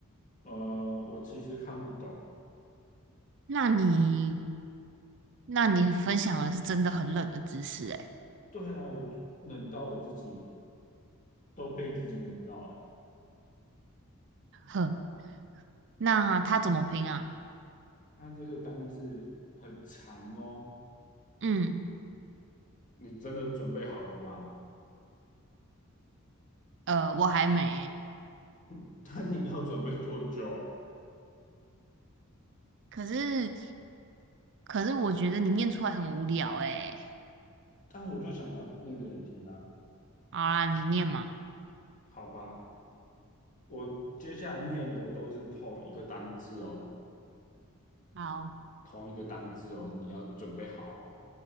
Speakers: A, on the left; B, on the right.
A: 呃，我其实看不懂。
B: 那你那你分享的是真的很冷的知识诶。
A: 对啊，我冷到我自己都被自己冷到哎、欸。
B: 哼，那它怎么拼啊？
A: 它这个单字很长哦，
B: 嗯，
A: 你真的准备好了吗？
B: 呃，我还没欸
A: <laughs> 但你要准备多久？
B: 可是，可是我觉得你念出来很无聊诶、
A: 但我就想要念给你听啊，
B: 好啦，你念嘛。
A: 好吧？我接下来念的都是同一个单字哦。
B: 好
A: 同一个单字哦，你要准备好哦。